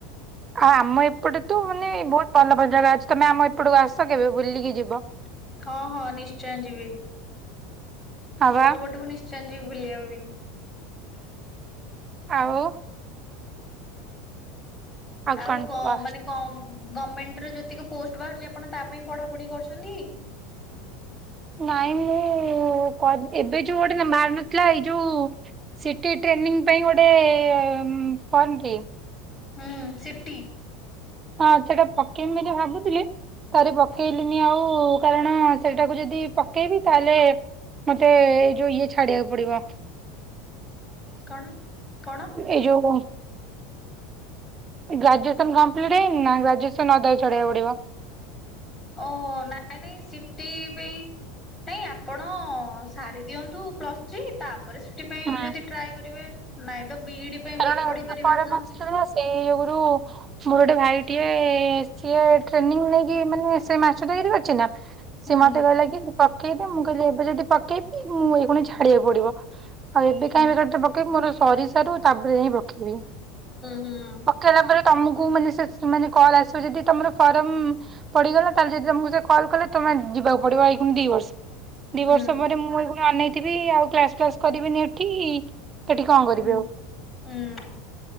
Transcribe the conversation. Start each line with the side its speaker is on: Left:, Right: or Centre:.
Right: ଆଉ ଆମ ଏପଟେ ତୁ ମାନେ ବହୁତ ଭଲ ଭଲ ଜାଗା ଅଛି ତମେ ଆମ ଏପଟକୁ ଆସ କେବେ ବୁଲିକି ଯିବ।
Left: ହଁ ହଁ ନିଶ୍ଚୟ ଯିବି।
Right: ହଁ ବା
Left: ତମ ପଟକୁ ନିଶ୍ଚୟ ଯିବି ଭୁଲିବା ପାଇଁ।
Right: ଆଉ
Left: ଆଉ
Right: କଣ
Left: ଗ
Right: କୁହ?
Left: ମାନେ କମ ଗମେଣ୍ଟର ଯେତିକି ପୋଷ୍ଟ ବାହାରୁଛି ଆପଣ ତା ପାଇଁ ପଢ଼ାପଢ଼ି କରୁଛନ୍ତି।
Right: ନାଇଁ ମୁଁ କ ଏବେ ଯୋଉ ଗୋଟେ ବାହାରି ନଥିଲା ଏଇ ଯୋଉ ସିଟି ଟ୍ରେନିଂ ପାଇଁ ଗୋଟେ ଫର୍ମ ଟିଏ।
Left: ହୁଁ ସିଟି
Right: ହଁ ସେଟା ପକେଇମି ବୋଲି ଭାବିଥିଲି। ପାରି ପକେଇଲିନି ଆଉ କାରଣ ସେଟାକୁ ଯଦି ପକେଇବି ତାହେଲେ ମତେ ଏଇ ଯୋଉ ଇଏ ଛାଡ଼ିବାକୁ ପଡ଼ିବ।
Left: କଣ କଣ?
Right: ଏଇ ଯୋଉ ଗ୍ରାଜୁଏସନ କମ୍ପ୍ଟ ହେ ଗ୍ରାଜୁଏସନ ଅଦ ଚଡେଇକୁ ପଡିବ
Left: ଓହୋ ନାଇଁ ନାଇଁ ସିଟି ପାଇଁ ନାଇଁ ଆପଣ ସାରି ଦିଅନ୍ତୁ ପ୍ଲସ୍ ଥ୍ରୀ ତାପରେ
Right: ହଁ।
Left: ଯଦି ଟ୍ରାଏ କରିବେ ନାଇଁ ତ ବି ପାଇଁ
Right: କାର
Left: ପଢି ପାରିବେ
Right: ପରମର୍ସ
Left: ଆପଣ।
Right: ନା ସେଇ ଯୋଗୁରୁ ମୋର ଗୋଟେ ଭାଇ ଟିକେ ସିଏ ଟ୍ରେନିଂ ନେଇକି ମାନେ ସେ ମାସ ରି କରିଛି ନା
Left: ହୁଁ
Right: ସେ ମତେ କହିଲେ କି ପକେଇଦ ମୁଁ କହିଲି ଏବେ ଯଦି ପକେଇବି ମୁଁ ଏଇକୁଣ ଛାଡିବାକୁ ପଡିବ ଆଉ ଏବେ
Left: ହୁଁ
Right: କାଇହିଁ ବି ଗଟ ପକେଇବି ମୋର ସରିସାରୁ ତାପରେ ହିଁ ପକେଇବି
Left: ହୁଁ।
Right: କଲା ପରେ ତମକୁ ମାନେେ କଲ ଆସିବ ଯଦି ତମର ଫରମ ପଡିଗଲା ତାହେଲେ ଯଦି ତମକୁ ସେ କଲ୍ କଲେ ତମେ ଯିବାକୁ ପଡିବ ଏଇ ଦି ବର୍ଷ ଦି
Left: ହୁଁ
Right: ବର୍ଷ
Left: ହୁଁ
Right: ପରେ ମୁଁ ଏ ଅନେଇଥିବି ଆଉ କ୍ଲାସ ଫ୍ଲାସ କରିବିନି ଏଠି କେଠି କଣ
Left: ହୁଁ
Right: କରିବି ଆଉ
Left: ହୁଁ